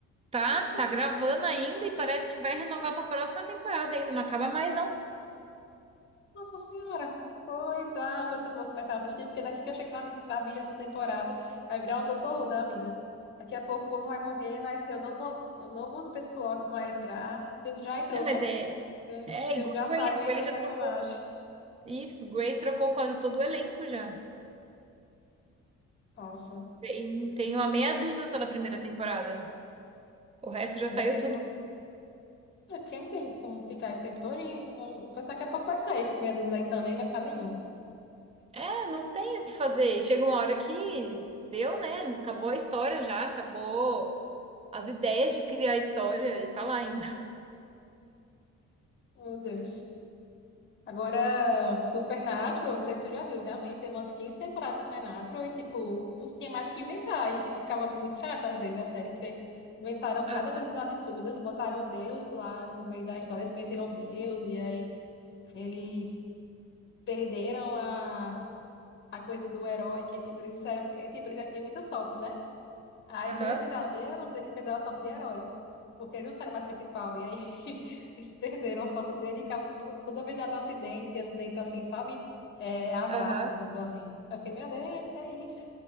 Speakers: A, on the right; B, on the left.
A: Tá,
B: Deus,
A: tá gravando ainda e parece que vai renovar pra próxima temporada ainda. Não acaba mais, não.
B: Nossa Senhora! Pois é, uma coisa que eu não vou começar a assistir, porque daqui que eu chego na, vi- na vigésima temporada, vai virar um Doutor Who da vida. Daqui a pouco o povo vai morrer, vai ser o novo, o novo pessoal que vai entrar. Se não já entrou,
A: É, mas
B: né?
A: é, é
B: Se
A: igual
B: não já
A: Grace.
B: saiu,
A: Grace
B: entrou
A: já
B: o personagem.
A: trocou. Isso, Grace trocou quase todo o elenco já.
B: Nossa,
A: Tem, tem uma meia dúzia só da primeira temporada. O resto já saiu
B: daqui a
A: tudo.
B: pouco. É porque não tem como ficar esse tempo todo. E um- um- daqui a pouco vai sair esse meia dúzia aí também, vai ficar nenhum.
A: É, não tem o que fazer. Chega uma hora que deu, né? Acabou a história já, acabou as ideias de criar a história e tá lá ainda.
B: Meu Deus. Agora, Supernatural, não sei se tu já viu, realmente teve umas 15 temporadas de Supernatural e, tipo, não tinha mais o que inventar. E, tipo, ficava muito chata às vezes a série, porque inventaram cada
A: Aham,
B: coisa absurda, botaram Deus lá no meio da história, eles conheceram Deus, e aí eles perderam a, a coisa do herói, que, tipo, eles disseram que, tipo, eles já tinham muita sorte, né? Aí,
A: aham,
B: quando eles tentaram Deus, ele perdeu a sorte de herói. Porque eles não eram mais principal. E aí, <laughs> eles perderam a sorte dele e ficava tudo, toda vez dado um acidente, acidentes assim, sabe? É, azar,
A: aham.
B: assim, digamos assim. Eu fiquei, meu Deus, que é isso?